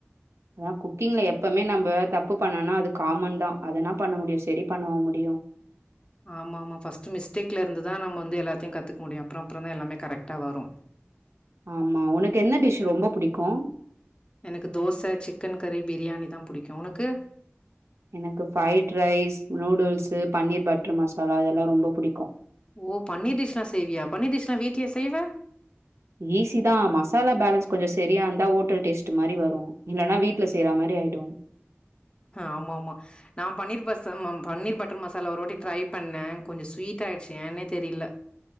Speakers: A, on the right; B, on the left.
A: ஆ குக்கிங்ல எப்பமே நம்ப தப்பு பண்ணோனா அது காமன் தா அதெனா பண்ண முடியு செரி பண்ணவா முடியு
B: ஆமாமா ஃபஸ்ட்டு மிஸ்டேக்ல இருந்து தா நம்ம வந்து எல்லாத்தயு கத்துக் முடியு அப்ற அப்றந்தா எல்லாமே கரெக்டா வரு
A: ஆமா உனக் என்ன டிஷ் ரொம்ப புடிக்கு
B: எனக்கு தோச சிக்கன் கறி பிரியாணி தா புடிக்கு உனக்கு
A: எனக்கு fried rice noodles paneer butter masala இதெல்லா ரொம்ப பிடிக்கு
B: ஓ பன்னிர் டிஷ்லா செய்வியா பன்னிர் டிஷ்லா வீட்லயா செய்வ
A: ஈஸி தா மசாலா பேலன்ஸ் கொஞ்ச சரியா இருந்தா ஓட்டல் டேஸ்ட் மாரி வரு இல்லனா வீட்ல செய்ற மாரி ஆய்டு
B: ஆமாமா நா பன்னீர் பஸ் அ பன்னீர் பட்டர் மசாலா ஒருவாட்டி ட்ரை பண்ணே கொஞ்ச ஸ்வீட்டாய்சி ஏன்னே தெரில